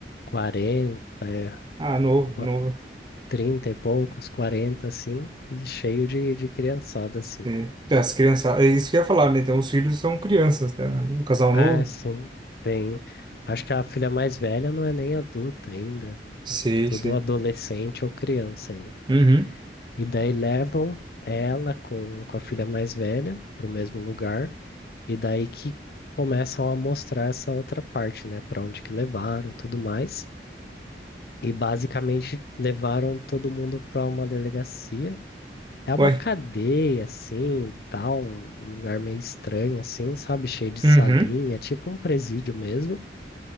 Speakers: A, on the left; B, on the right.
A: 40 é,
B: Ah, novo,
A: qua-
B: novo.
A: 30 e poucos, 40 assim, e cheio de, de criançada, assim.
B: É, as crianças, é isso que eu ia falar, né? Então, os filhos são crianças, né? Um casal
A: Ah,
B: novo?
A: sim, tem. Acho que a filha mais velha não é nem adulta ainda.
B: Sei,
A: é Tudo
B: sei.
A: adolescente ou criança ainda.
B: Uhum.
A: E daí levam ela com, com a filha mais velha pro mesmo lugar. E daí que começam a mostrar essa outra parte, né? Para onde que levaram e tudo mais. E basicamente levaram todo mundo para uma delegacia. É uma
B: Ué.
A: cadeia, assim, tal, um lugar meio estranho, assim, sabe? Cheio de salinha,
B: Uhum.
A: tipo um presídio mesmo.